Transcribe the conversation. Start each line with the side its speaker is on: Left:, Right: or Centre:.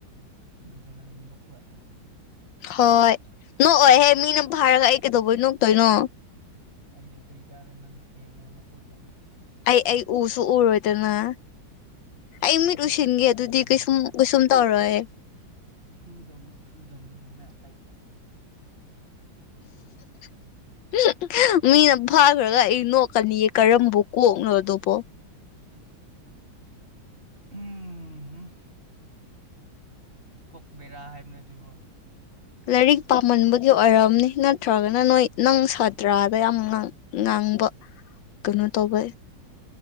Right: ꯑꯗꯨꯒ ꯅꯪꯅ ꯅꯣꯛꯄꯋꯥ
Left: ꯍꯣꯏ ꯅꯣꯛꯑꯣꯏꯍꯦ ꯃꯤꯅ ꯐꯥꯔꯒ ꯑꯩ ꯀꯩꯗꯧꯕꯩ ꯅꯣꯛꯇꯣꯏꯅꯣ
Right: ꯑꯩꯅ ꯆꯩ ꯆꯥꯔ ꯅꯪ ꯌꯦꯡꯉ ꯅꯣꯛꯄꯀꯣ
Left: ꯑꯩ ꯑꯩ ꯎꯁꯨ ꯎꯔꯣꯏꯗꯅ
Right: ꯐꯨꯒꯗꯕꯅꯦ
Left: ꯑꯩ ꯃꯤꯠ ꯎꯁꯤꯟꯒꯦ
Right: ꯐꯨꯗꯕꯅꯦ
Left: ꯑꯗꯨꯗꯤ ꯀꯩꯁꯨꯝ ꯀꯩꯁꯨꯝ ꯇꯧꯔꯣꯏ
Right: ꯐꯨꯗꯝꯅꯦ ꯐꯨꯗꯝꯅꯦꯅ ꯍ ꯁꯥꯏ
Left: <inaudible> ꯃꯤꯅ ꯐꯥꯈ꯭ꯔꯒ ꯑꯩ ꯅꯣꯛꯀꯅꯤꯌꯦ ꯀꯔꯝꯕ ꯀꯣꯛꯅꯣ ꯑꯗꯨꯕꯣ
Right: ꯎꯝ ꯀꯣꯛ ꯕꯔ ꯍꯥꯏꯦꯕꯅꯦ ꯊꯣꯏꯔꯤꯕ
Left: ꯂꯥꯏꯔꯤꯛ ꯄꯥꯝꯃꯟꯕꯒꯤ ꯑꯣꯏꯔꯝꯅꯤ ꯁꯤ ꯅꯠꯇ꯭ꯔꯒꯅ ꯅꯣꯏ ꯅꯪ ꯁꯥꯇ꯭ꯔꯥꯗ ꯌꯥꯝ ꯉꯥꯡꯕ ꯀꯩꯅꯣ ꯇꯧꯕ